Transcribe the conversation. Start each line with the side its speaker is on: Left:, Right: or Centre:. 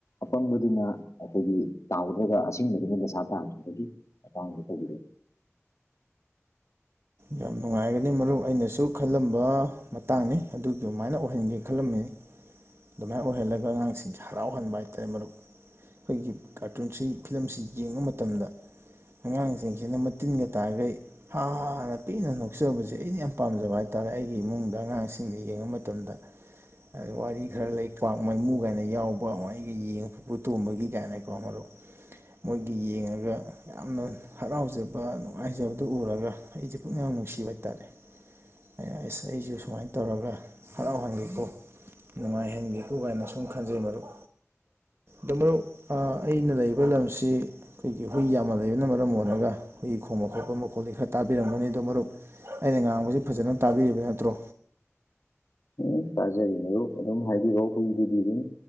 Left: ꯑꯄꯪꯕꯗꯨꯅ ꯑꯩꯈꯣꯏꯒꯤ ꯇꯥꯎꯗ꯭ꯔꯒ ꯑꯁꯤꯡꯕꯗꯨꯅ ꯗꯁꯥ ꯇꯥꯈꯤꯕꯒꯤ ꯃꯇꯥꯡꯗ ꯇꯧꯕꯤꯔꯦ
Right: ꯌꯥꯝ ꯅꯨꯡꯉꯥꯏꯒꯅꯤ ꯃꯔꯨꯞ ꯑꯩꯅꯁꯨ ꯈꯜꯂꯝꯕ ꯃꯇꯥꯡꯅꯤ ꯑꯗꯨꯗꯨꯃꯥꯏꯅ ꯑꯣꯏꯍꯟꯒꯦ ꯈꯜꯂꯝꯃꯤꯅꯤ ꯑꯗꯨꯃꯥꯏ ꯑꯣꯏꯍꯜꯂꯒ ꯑꯉꯥꯡꯁꯤꯡꯁꯦ ꯍꯔꯥꯎꯍꯟꯕ ꯍꯥꯏꯇꯥꯔꯦ ꯃꯔꯨꯞ ꯑꯩꯈꯣꯏꯒꯤ ꯀꯥꯔꯇꯨꯟꯁꯤ ꯐꯤꯂꯝꯁꯤ ꯌꯦꯡꯕ ꯃꯇꯝꯗ ꯑꯉꯥꯡꯁꯤꯡꯁꯤꯅ ꯃꯇꯤꯟꯒ ꯇꯥꯒꯩ ꯍꯥ ꯍꯥ ꯅ ꯄꯦꯟꯅ ꯅꯣꯛꯆꯕꯁꯦ ꯑꯩꯅ ꯌꯥꯝ ꯄꯥꯝꯖꯕ ꯍꯥꯏꯇꯥꯥꯔꯦ ꯑꯩꯒꯤ ꯏꯃꯨꯡꯗ ꯑꯉꯥꯡꯁꯤꯡꯅ ꯌꯦꯡꯕ ꯃꯇꯝꯗ ꯋꯥꯔꯤ ꯈꯔ ꯂꯩ ꯀ꯭ꯋꯥꯛ ꯃꯥꯏꯃꯨ ꯀꯥꯏꯅ ꯌꯥꯎꯕ ꯋꯥꯏꯒ ꯌꯦꯡ ꯄꯨꯄꯨ ꯇꯣꯝꯕꯒꯤ ꯀꯥꯏꯅ ꯀꯣ ꯃꯔꯨꯞ ꯃꯣꯏꯒꯤ ꯌꯦꯡꯉꯒ ꯌꯥꯝꯅ ꯍꯔꯥꯎꯖꯕ ꯅꯨꯡꯉꯥꯏꯖꯕꯗꯨ ꯎꯔꯒ ꯑꯩꯖꯦ ꯄꯨꯛꯅꯤꯡ ꯌꯥꯝ ꯅꯨꯡꯁꯤꯕ ꯍꯥꯏꯇꯥꯥꯔꯦ ꯑꯩꯅ ꯑꯁ ꯑꯩꯖꯦ ꯁꯨꯃꯥꯏ ꯇꯧꯔꯒ ꯍꯔꯥꯎꯍꯟꯒꯦꯀꯣ ꯅꯨꯡꯉꯥꯏꯍꯟꯒꯦꯀꯣ ꯀꯥꯏꯅ ꯁꯨꯝ ꯈꯟꯖꯩ ꯃꯔꯨꯞ
Left: <inaudible>
Right: ꯗꯨ ꯃꯔꯨꯞ ꯑ ꯑꯩꯅ ꯂꯩꯕ ꯂꯝꯁꯤ ꯑꯩꯈꯣꯏꯒꯤ ꯍꯨꯏ ꯌꯥꯝꯅ ꯂꯩꯕꯅ ꯃꯔꯝ ꯑꯣꯏꯔꯒ ꯑꯩꯈꯣꯏꯒꯤ ꯈꯣꯡꯕ ꯈꯣꯠꯄ ꯃꯈꯣꯜꯗꯤ ꯈꯔ ꯇꯥꯕꯤꯔꯝꯒꯅꯤ ꯑꯗꯨ ꯃꯔꯨꯞ ꯑꯩꯅ ꯉꯥꯡꯕꯖꯦ ꯐꯖꯅ ꯇꯥꯕꯤꯔꯤꯕ ꯅꯠꯇ꯭ꯔꯣ
Left: ꯎꯝ ꯇꯥꯖꯔꯤ ꯃꯔꯨꯞ ꯑꯗꯨꯝ ꯍꯥꯏꯕꯤꯔꯣ ꯍꯨꯏꯗꯨꯗꯤ ꯑꯗꯨꯝ